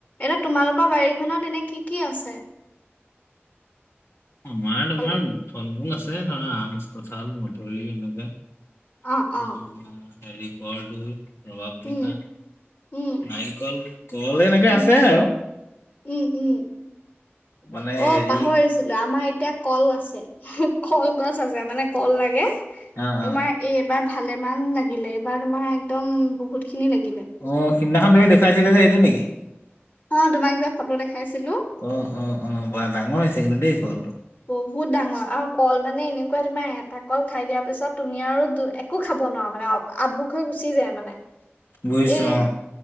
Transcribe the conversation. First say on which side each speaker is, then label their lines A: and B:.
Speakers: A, on the left; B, on the left.
A: এতিয়া তোমালোকৰ বাৰীখনত এনে কি কি আছে?
B: আমাৰ তোমাৰ
A: অ
B: ফল মূল আছে ধৰা আমছ কঁঠাল মধুৰি এনকে। আহ
A: অ
B: হেৰি কৰ্দই, ৰবাপ টেঙা,
A: উম উম
B: নাৰিকল, কল এনেকে
A: উম
B: আছে আৰু।
A: উম উম।
B: মানে
A: অ
B: হেৰি
A: পাহৰিছিলো আমাৰ এতিয়া কল আছে কলগছ আছে মানে কল লাগে।
B: অ',
A: তোমাৰ
B: অ'।
A: এই এবাৰ ভালেমান লাগিলে, এইবাৰ তোমাৰ একদম বহুত খিনি লাগিলে।
B: অ সিদিনাখন তুমি দেখুৱাইছিলা যে সেইটো নেকি।
A: অ তোমাক যে ফটো দেখাইছিলো।
B: অ অ অ বা ডাঙৰ হৈছে কিন্তু দেই কল।
A: বহুত ডাঙৰ আৰু কল মানে এনেকুৱা তোমাৰ এটা কল খাই দিয়াৰ পিছত তুমি আৰু দু এ কো খাব নোৱাৰা মানে আভুষ হৈ গুচি যায় মানে,
B: বুজিছো
A: এই
B: অ